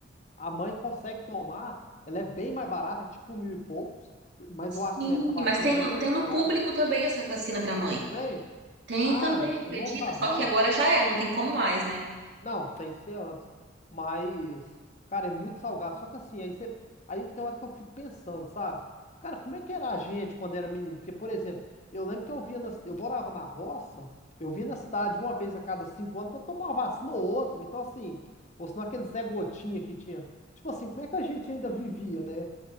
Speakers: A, on the left (about 35°); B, on the right (about 60°).
A: A mãe consegue tomar, ela é bem mais barata, é tipo mil e poucos, mas
B: Sim,
A: eu acho também essa vacina
B: mas tem
A: é no
B: no,
A: particular.
B: tem no público também essa vacina para mãe.
A: Bem,
B: Tem
A: ah,
B: também,
A: eu
B: acredita?
A: não sabia.
B: Só que agora já era, não tem como mais, né?
A: Não, tem que ser antes. Mas, cara, é muito salgado. Só que assim, aí você. Aí tem hora que eu fico pensando, sabe? Cara, como é que era a gente quando era menino? Porque, por exemplo, eu lembro que eu via na... eu morava na roça, eu via na cidade uma vez a cada cinco anos pra tomar uma vacina ou outra. Então, assim, ou senão aquele Zé Gotinha que tinha. Tipo assim, como é que a gente ainda vivia, né?